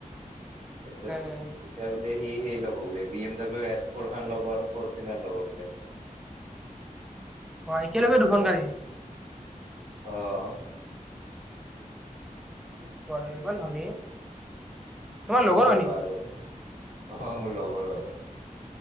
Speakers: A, on the right; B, in the centre.
A: তাৰপিছত
B: উম,
A: তেতিয়া বোলে সি সেই ল'ব বোলে B M W S four খন ল'ব আৰু ফৰচুনাৰ ল'ব বোলে।
B: বোৱা একেলগে দুখন গাড়ী।
A: অঁ।
B: কি কোৱা ইমান ধনী। তোমাৰ
A: কি
B: লগৰ হয়
A: কবা
B: নেকি?
A: আৰু অ' মোৰ লগৰ হয়।